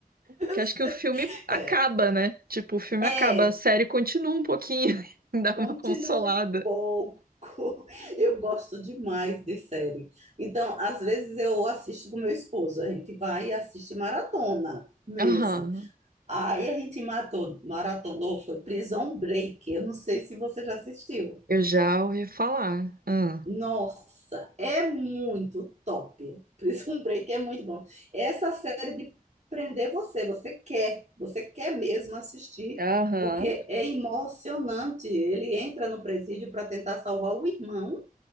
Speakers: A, on the right; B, on the right.
A: <laughs>
B: Porque acho que o filme acaba,
A: É,
B: né? Tipo, o filme
A: é.
B: acaba, a série continua um pouquinho, <laughs> dá
A: Continua
B: uma consolada.
A: um pouco. <laughs> Eu gosto demais de série. Então, às vezes eu assisto com meu esposo, a gente vai e assiste maratona mesmo.
B: Aham.
A: Aí a gente matou, maratonou, foi Prison Break. Eu não sei se você já assistiu.
B: Eu já ouvi falar. Ah.
A: Nossa, é muito top. <laughs> Prison Break é muito bom. Essa série de prender você, você quer, você quer mesmo assistir,
B: Aham.
A: porque é emocionante. Ele entra no presídio para tentar salvar o irmão